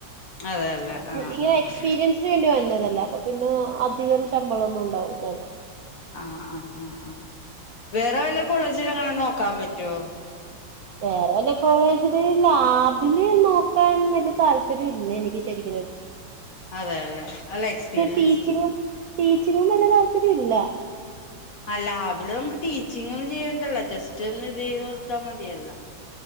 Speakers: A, on the left; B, on the right.
A: അതെല്ലേ ആഹ്
B: ഇങ്ങനെ
A: ആഹ്
B: എക്സ്പീരിയൻസ് അതിന വേണ്ടി വന്നതല്ലേ അപ്പൊ പിന്നെ അധികം ശമ്പളം ഒന്നും ഉണ്ടാവില്ലല്ലോ
A: ആഹ് ആഹ് ആഹ് ആഹ് വേറെ വല്ല കോളേജിൽ അങ്ങനെ നോക്കാൻ പറ്റുവോ
B: വേറെ വല കോളേജില് ലാബില് നോക്കാൻ വലിയ താല്പര്യം ഇല്ല എനിക്ക് ശരിക്കും
A: അതെല്ലെ അല്ല എക്സ്പീരിയൻസ്
B: ടീച്ചിങ്ങും ടീച്ചിങ്ങും വല്ല താല്പര്യം ഇല്ല
A: ആ ലാബില് നമുക്ക് ടീച്ചിങ് ഒന്നും ചെയ്യേണ്ടല്ല ജസ്റ്റ് ഒന്ന് ഇത് ചെയ്ത് കൊടുത്താൽ മതിയല്ല